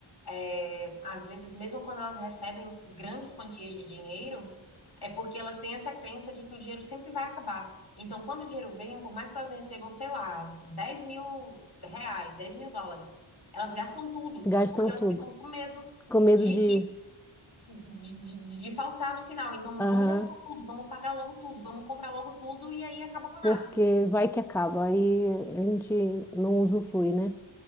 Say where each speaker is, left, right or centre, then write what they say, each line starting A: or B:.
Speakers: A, on the left; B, in the centre.
A: é, às vezes, mesmo quando elas recebem grandes quantias de dinheiro, é porque elas têm essa crença de que o dinheiro sempre vai acabar. Então, quando o dinheiro vem, por mais que elas recebam, sei lá, dez mil reais, dez mil dólares, elas gastam tudo,
B: Gastam
A: porque elas
B: tudo.
A: ficam com medo
B: Com medo
A: de
B: de...
A: que de, de, de faltar no final. Então,
B: Aham.
A: vamos gastar tudo, vamos pagar logo tudo, vamos comprar logo tudo e aí acaba com nada.
B: Porque vai que acaba. Aí a gente não usufrui, né?